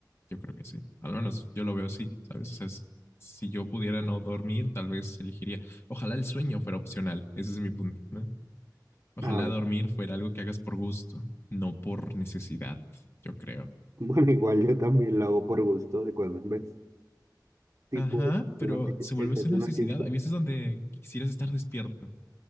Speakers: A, on the left (about 35°); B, on the right (about 45°).
A: Yo creo que sí. Al menos yo lo veo así, ¿sabes? O sea, es- si yo pudiera no dormir, tal vez elegiría. Ojalá el sueño fuera opcional. Ese es mi punto, ¿no? Ojalá
B: ah
A: dormir fuera algo que hagas por gusto, no por necesidad, yo creo.
B: <laughs> Bueno, igual yo también lo hago por gusto de cuando en vez, tipo,
A: Ajá, pero
B: el que hace
A: se
B: una
A: vuelve
B: el que
A: eso
B: hace
A: una
B: una
A: necesidad.
B: fiesta.
A: Hay veces donde quisieras estar despierto